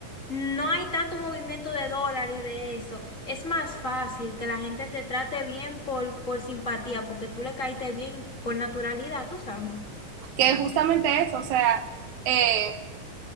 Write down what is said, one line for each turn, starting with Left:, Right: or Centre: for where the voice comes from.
Left: no hay tanto movimiento de dólar y de eso, es más fácil que la gente te trate bien por, por simpatía, porque tú le caíste bien por naturalidad, tú sabes.
Right: Que justamente eso, o sea, eh,